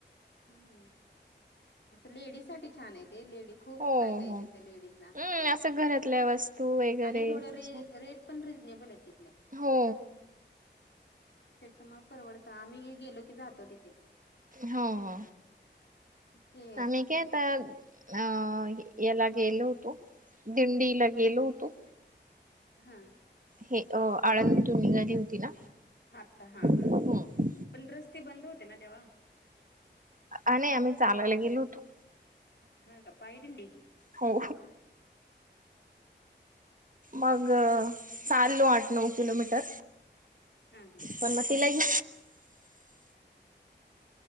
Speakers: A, on the left; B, on the right.
A: हम्म हम. असं लेडीज साठी छान आहे ते लेडीज खूप
B: हो
A: काय काय
B: हो
A: तथ लेडीज ला
B: हम्म असं घरातल्या वस्तू वगैरे
A: आणि थोड रे
B: छान
A: रेट. प रबल तथ.
B: हो
A: त्याच्यामुळे परवडतं आम्ही गेलो की जातो तिथे
B: हो हो
A: ते
B: आम्ही काय आता अ याला गेलो होतो दिंडीला गेलो होतो.
A: हां.
B: हे आळंदीतून निघाली होती ना.
A: हातता हां हां
B: हम्म.
A: पण रस्ते बंद होते ना तेव्हा
B: आणि आम्ही चालायला गेलो होतो.
A: हा कापाय दिंडी
B: हो
A: हम्म.
B: मग चाललो आठ नऊ किलोमीटर
A: हा हा
B: पण म तलाही